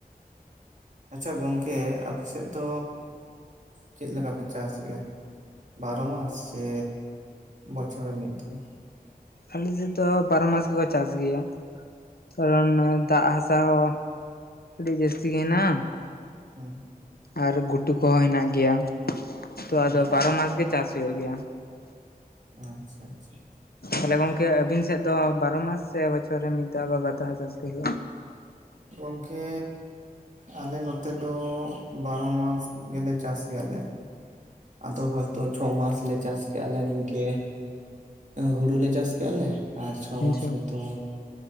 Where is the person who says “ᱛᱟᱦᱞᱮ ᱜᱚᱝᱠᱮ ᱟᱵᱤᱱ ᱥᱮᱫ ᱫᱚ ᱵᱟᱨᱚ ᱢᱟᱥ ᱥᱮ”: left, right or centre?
Left